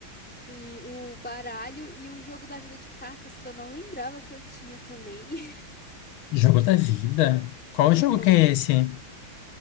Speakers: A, in the centre; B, on the left.
A: Sim, o baralho e o jogo da vida de cartas que eu não lembrava que eu tinha também. <laughs>
B: Jogo da vida. Qual
A: Aham.
B: jogo que é esse?